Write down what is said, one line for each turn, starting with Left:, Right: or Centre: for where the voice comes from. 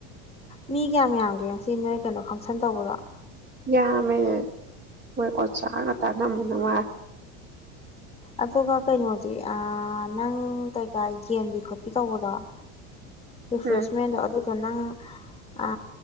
Left: ꯃꯤ ꯀꯌꯥꯝ ꯌꯥꯝꯒꯦ ꯁꯤ ꯅꯣꯏ ꯀꯩꯅꯣ ꯐꯪꯁꯟ ꯇꯧꯕꯗꯣ
Right: ꯌꯥ ꯃꯦ ꯃꯣꯏ ꯑꯣꯖꯥꯒ ꯇꯥꯟꯅꯕ ꯅꯨꯡꯉꯥꯏ
Left: ꯑꯗꯨꯒ ꯀꯩꯅꯣ ꯑꯦ ꯑꯥ ꯅꯪ ꯀꯩꯀꯥ ꯌꯦꯟꯕꯤ ꯈꯣꯠꯄꯤ ꯇꯧꯕꯗꯣ ꯔꯤꯐ꯭ꯔꯦꯁꯃꯦꯟꯗꯣ
Right: ꯎꯝ
Left: ꯑꯗꯨ ꯅꯪ ꯑ